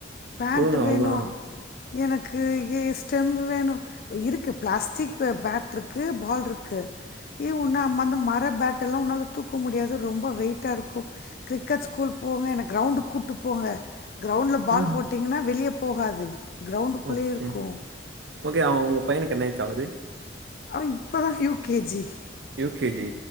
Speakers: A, on the left; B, on the right.
A: பேண்ட்
B: குடுங்க அவ்ளோதா
A: வேணு எனக்கு ஏ ஸ்டெம் வேணு இருக்கு பிளாஸ்டிக் பேட் ருக்கு பால் ருக்கு ஏ உன்ன அம்ம அந்த மர பேட்டெல்லா உன்னால தூக்க முடியாது ரொம்ப வெயிட்டாருக்கு கிரிக்கெட் ஸ்கூல் போங்க எனக்கு கிரௌண்டுக் கூட்டு போங்க க்ரௌண்ல பால்
B: ம்
A: போட்டிங்கன்னா வெளிய போகாது அது க்ரௌண்டுக்குள்ளயே
B: ஓகே
A: இருக்கூ
B: ஓகே அவ உங்க பையனுக்கு என்ன ஏஜ் ஆகுது
A: அவ இப்போ தா U K G
B: U K G